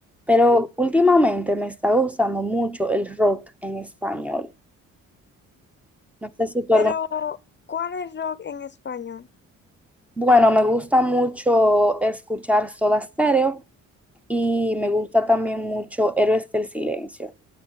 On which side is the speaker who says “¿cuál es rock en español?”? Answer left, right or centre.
Left